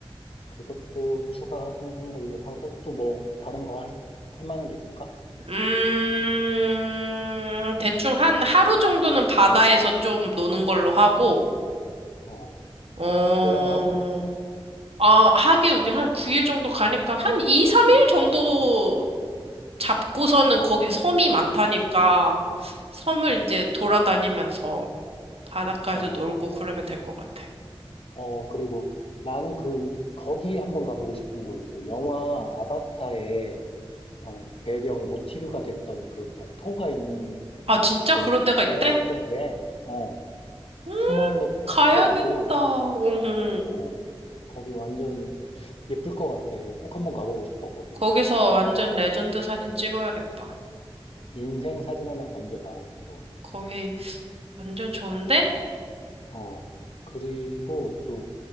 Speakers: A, on the left; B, on the right.
A: 그것도 추가하는 걸로 하고, 또 뭐, 다른 거 할, 할 만한 게 있을까?
B: 음, 대충 한 하루 정도는 바다에서 좀 노는 걸로 하고,
A: 어,
B: 어,
A: 꼴랑 하루? 아,
B: 아, 하긴 우리 한 9일 정도 가니까 한 2, 3일 정도
A: 음,
B: 잡고서는 거기 섬이 많다니까, 섬을 이제 돌아다니면서 바닷가에서
A: 어,
B: 놀고 그러면 될 것 같아.
A: 어, 그리고 나는 그, 거기에 한번 가보고 싶은 거 있어. 영화 아바타의 어, 배경 모티브가 됐던 그 폭포가 있는
B: 아, 진짜
A: 거기가
B: 그런
A: 있대,
B: 데가 있대?
A: 세부에. 어,
B: 음,
A: 투말로 폭포라고,
B: 가야겠다. 응. 응.
A: 어, 거기 완전 예쁠 것 같아. 꼭 한번 가보고 싶어, 거기.
B: 거기서 완전 레전드 사진 찍어야겠다.
A: 인생 사진 하나 건져봐야지, 또.
B: 거기 완전 좋은데?
A: 어, 그리고 또